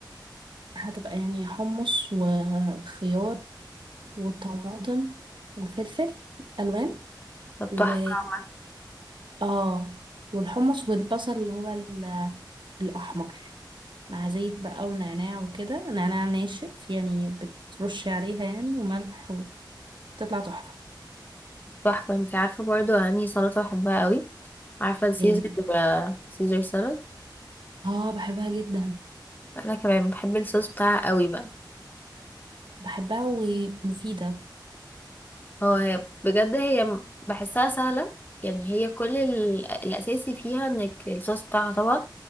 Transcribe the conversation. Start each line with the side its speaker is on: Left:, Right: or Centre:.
Right: هتبقى يعني حمص وخيار وطماطم وفلفل ألوان
Left: <laughs> طب
Right: و
Left: تحفة عامة.
Right: اه والحمص والبصل اللي هو ال... الأحمر مع زيت بقى ونعناع وكده نعناع ناشف يعني بترش عليها يعني وملح وتطلع تحفة
Left: تحفة انتي عارفة برضو انهي سلطة بحبها قوي عارفة السيزر
Right: ايه
Left: آه، سيزر سلطة
Right: اه بحبها جدا
Left: انا كمان بحب الصوص بتاعها قوي بقى
Right: بحبها ومفيدة
Left: هو هي بجد هي م- بحسها سهلة يعني هي كل ال... الاساسي فيها انك الصوص بتاعها طبعا